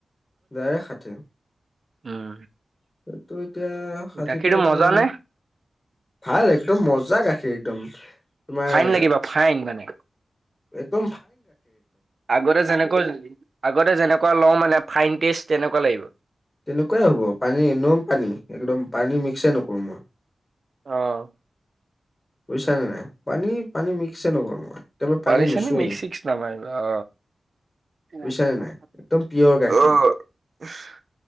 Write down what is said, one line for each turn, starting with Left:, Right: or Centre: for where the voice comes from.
Left: ডাইৰেক্ট ষাঠি?
Right: উম।
Left: সেইটো এতিয়া ষাঠিটোৰ
Right: গাখীৰটো
Left: অকমান
Right: মজা নে
Left: ভাল একদম মজা গাখীৰ একদম তোমাৰ।
Right: ফাইন লাগিব ফাইন মানে
Left: এইটো।
Right: আগতে যেনেকৈ আগতে যেনেকুৱা লওঁ মানে ফ্ৰাইদদেছ। তেনেকুৱা লাগিব।
Left: তেনেকুৱাই হ'ব পানী গৰম পানী একদম পানী মিক্সেই নকৰোঁ মই।
Right: অহ।
Left: বুইছা নে নাই? পানী, পানী মিক্স নকৰো মই। একেবাৰে পানী
Right: পৰিচানী
Left: নুচোৱেই
Right: মিক্স চিক্স নমাৰিব অ। <unintelligible>
Left: বুজিছানে নাই একদম পিয়ৰ গাখীৰ